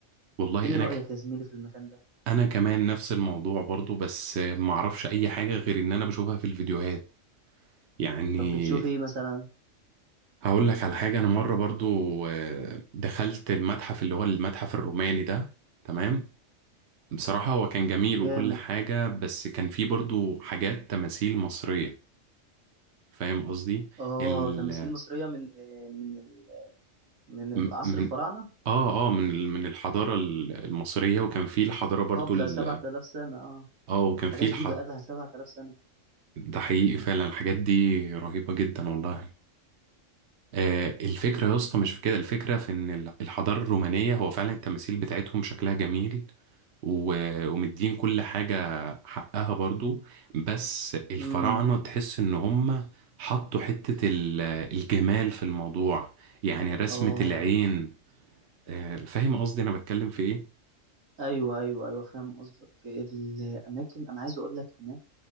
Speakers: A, on the right; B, on the right.
A: والله
B: ايه
A: أنا
B: رايك
A: ك...
B: يا زميلي في المكان ده
A: أنا كمان نفس الموضوع برضو بس آه، ما أعرفش أي حاجة غير إن أنا بشوفها في الفيديوهات يعني
B: طب بتشوف ايه مثلا
A: هقول لك على حاجة أنا مرة برضو آه، دخلت المتحف اللي هو المتحف الروماني ده تمام؟ بصراحة هو كان جميل
B: جامد
A: وكل حاجة بس كان فيه برضو حاجات تماثيل مصرية فاهم قصدي
B: اه
A: ال
B: تماثيل مصريه من من ال- من
A: م-
B: العصر
A: من
B: الفراعنه
A: اه اه من ال- من الحضارة ال- المصرية وكان فيه الحضارة برضو
B: قبل
A: ال-
B: 7000 سنه اه
A: اه وكان
B: الحاجات
A: فيه الح...
B: دي بقى لها 7000 سنه
A: ده حقيقي فعلا الحاجات دي رهيبة جدا والله آه الفكرة يا اسطى مش في كده الفكرة في ان ال- الحضارة الرومانية هو فعلا التماثيل بتاعتهم شكلها جميل و- ومدين كل حاجة حقها برضو بس الفراعنة
B: امم
A: تحس ان هم حطوا حتة ال- الجمال في الموضوع يعني رسمة
B: اه
A: العين آه، فاهم قصدي انا بتكلم في ايه؟
B: ايوه ايوه ايوه فاهم قصدك الاماكن انا عايز اقول لك هناك